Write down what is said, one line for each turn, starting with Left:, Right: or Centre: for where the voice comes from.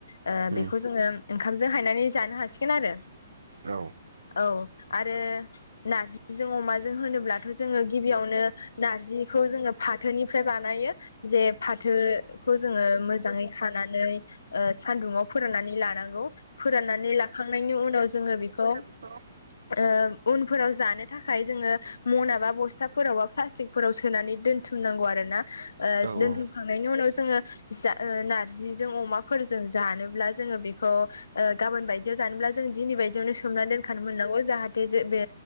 Left: ओ
Right: उम
Left: बेखौ जों ङो ओंखामजों हायनानै जानो हासिगोन आरो
Right: औ
Left: औ आरो नारजिजों अमाजों होनोब्लाथ' जोङो गिबियावनो नारजिखौ जोङो फाथोनिफ्राय बानायो जे फाथो खौ जोङो मोजाङै खानानै ओ सानदुङाव फोराननानै लानांगौ फोराननानै लाखांनायनि उनाव जोङो बेखौ
Right: <unintelligible>
Left: ओ उनफोराव जानो थाखाय जोङो मनाबा बस्था फोरावबा प्लास्टिकफोराव सोनानै दोनथुमनांगौ आरो ना ओ
Right: आरो
Left: दोनथुम होखांनायनि उनाव जोङो जा ओ नार्जिजों अमाफोरजों जानोब्ला जोङो बेखौ ओ गाबोन बायदियाव जानोब्ला जों दिनै बायदियावनो सोमना दोनखानो मोननांगौ जाहाथे जे बे